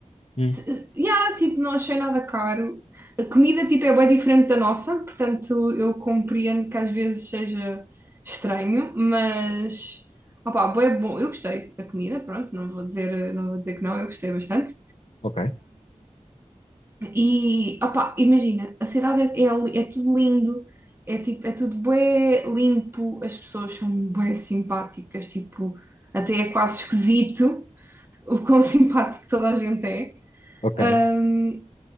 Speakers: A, on the left; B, on the right.
A: Hum,
B: S- s- Yeah, tipo, não achei nada caro. A comida, tipo, é bem diferente da nossa, portanto, eu compreendo que às vezes seja estranho, mas, opá, bué bom. Eu gostei da comida, pronto, não vou dizer, não vou dizer que não, eu gostei bastante.
A: ok,
B: E, opá, imagina, a cidade é, é, li- é tudo lindo, é, tipo, é tudo bué limpo, as pessoas são bué simpáticas, tipo, até é quase esquisito o quão <laughs> simpático toda a gente é.
A: ok.
B: Ahm,